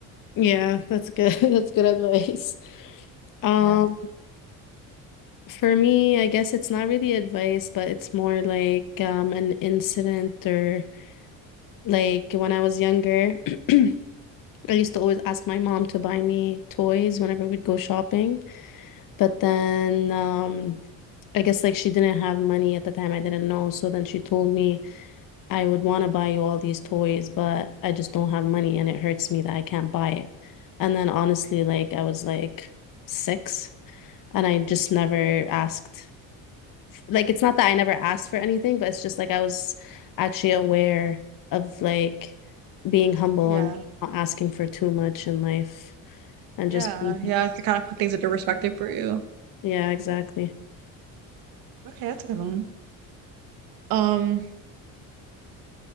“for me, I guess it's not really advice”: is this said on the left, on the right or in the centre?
Left